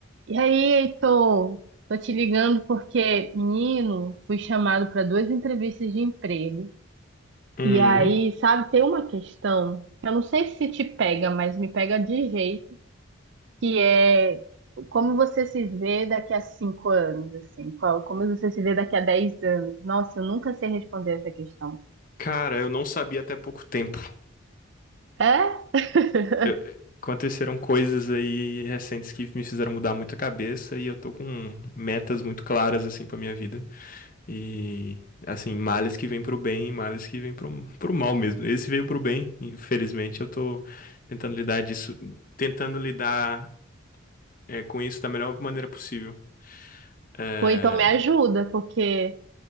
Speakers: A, on the right; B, on the left.
A: E aí, Heitor? Tô te ligando porque, menino, fui chamado para duas entrevistas de emprego.
B: Hum,
A: E aí, sabe, tem uma questão, que eu não sei se te pega, mas me pega de jeito, que é como você se vê daqui a cinco anos, assim, qual- como você se vê daqui a dez anos. Nossa, eu nunca sei responder essa questão.
B: cara, eu não sabia até pouco tempo.
A: É? <laughs>
B: Eu- Aconteceram coisas aí recentes que me fizeram mudar muito a cabeça e eu tô com metas muito claras assim pra minha vida. E assim, males que vêm pro bem, males que vêm pro, pro mal mesmo. Esse veio pro bem, infelizmente eu tô tentando lidar disso, tentando lidar é, com isso da melhor maneira possível. É...
A: Pô, então me ajuda, porque